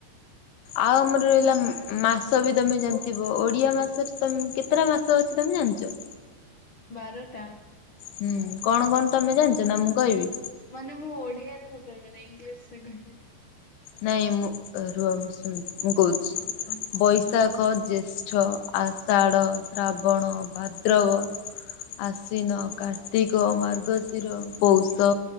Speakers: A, on the left (about 80°); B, on the left (about 60°).
A: ଆଉ ଆମର ରହିଲା
B: ହଁ
A: ମାସ ଭି ତମେ ଜାଣିଥିବ ଓଡିଆ ମାସରେ ତମେ କେତେଟା ମାସ ଅଛି ତମେ ଜାଣିଛ?
B: ବାରଟା।
A: ହୁଁ କଣ କଣ ତମେ ଜାଣିଚ ନା ମୁଁ କହିବି?
B: ମାନେ ମୁଁ ଓଡିଆରେ କହିପାରିବିନି। ଇଂଲିଶ ରେ କହିପାରିବି।
A: ନାଇଁ ମୁଁ ରୁହ ମୁଁ କହୁଛି
B: ହଁ କୁହ।
A: ବୈଶାଖ, ଜ୍ୟେଷ୍ଠ ଆଷାଢ, ଶ୍ରାବଣ, ଭାଦ୍ରବ ଆଶ୍ଵିନ, କାର୍ତ୍ତିକ, ମାର୍ଗଶିର, ପୌଷ,